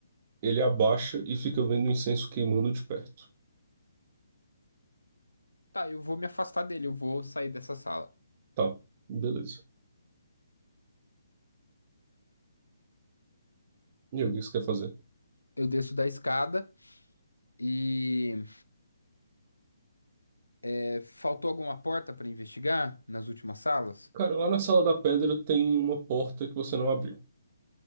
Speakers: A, on the right (about 30°); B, on the left (about 80°).
A: ele abaixa e fica vendo o incenso queimando de perto.
B: Tá, eu vou me afastar dele, eu vou sair dessa sala.
A: Tá, beleza. E aí, o que você quer fazer?
B: Eu desço da escada e É, Faltou alguma porta para investigar nas últimas salas?
A: Cara, lá na Sala da Pedra tem uma porta que você não abriu.